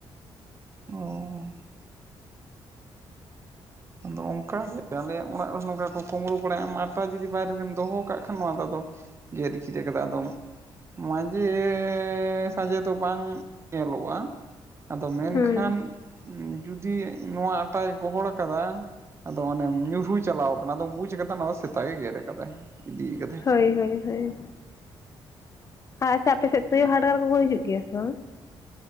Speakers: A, on the right; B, on the left.
A: ᱚ, ᱟᱫᱚ ᱚᱱᱠᱟᱜᱮ ᱟᱞᱮᱭᱟᱜ ᱚᱲᱟᱜ ᱨᱮᱦᱚ ᱱᱚᱝᱠᱟ ᱠᱚ ᱠᱩᱢᱵᱽᱲᱩ ᱵᱟᱲᱟᱭᱟ ᱟᱴᱟ ᱡᱩᱫᱤ ᱵᱟᱭᱨᱮ ᱨᱮᱢ ᱫᱚᱦᱚ ᱠᱟᱜ ᱠᱷᱟᱱ ᱱᱚᱣᱟ ᱫᱚ ᱟᱫᱚ, ᱜᱮᱨ ᱟᱹᱠᱤᱨ ᱠᱟᱫᱟ ᱟᱫᱚᱢ᱾ ᱢᱟᱡᱷᱮ ᱥᱟᱡᱷᱮ ᱫᱚ ᱵᱟᱝ ᱧᱮᱞᱚᱜ-ᱟ᱾ ᱟᱫᱚ ᱢᱮᱱᱠᱷᱟᱱ
B: ᱦᱩᱸ
A: ᱡᱩᱫᱤ ᱱᱚᱣᱟ ᱟᱴᱟᱭ ᱜᱚᱦᱚᱲ ᱠᱟᱫᱟ ᱟᱫᱚ ᱚᱱᱮᱢ ᱧᱩᱨᱦᱩ ᱪᱟᱞᱟᱣ ᱠᱟᱱᱟ ᱟᱫᱚᱢ ᱵᱩᱡ ᱠᱟᱫᱟ ᱱᱟᱣᱟ ᱫᱚ ᱥᱮᱛᱟ ᱜᱮ ᱜᱮᱨ ᱟᱠᱟᱫᱟᱭ ᱤᱫᱤᱭ ᱠᱟ
B: ᱦᱳᱭ ᱦᱳᱭ ᱦᱳᱭ᱾ ᱟᱪᱪᱷᱟ ᱟᱯᱮᱥᱮᱫ ᱛᱩᱭᱩ ᱦᱟᱰᱜᱟᱨ ᱠᱚᱠᱚ ᱦᱤᱡᱩᱜ ᱜᱮᱭᱟ ᱥᱮ ᱵᱟᱝ?